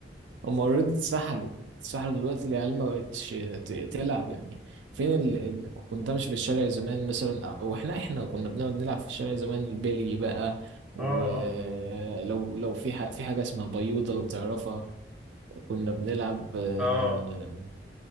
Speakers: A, on the right; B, in the centre.
A: هم اوريدي اتسحلوا اتسحلوا دلوقتي العيال ما بقتش ت- تلعب يعني فين ال... ال... كنت امشي في الشارع زمان مثلا او احنا احنا كنا بنقعد نلعب في الشارع زمان البلي بقى ولو
B: اه اه
A: لو في ح... في حاجة اسمها بيوضة لو تعرفها كنا بنلعب آه،
B: اه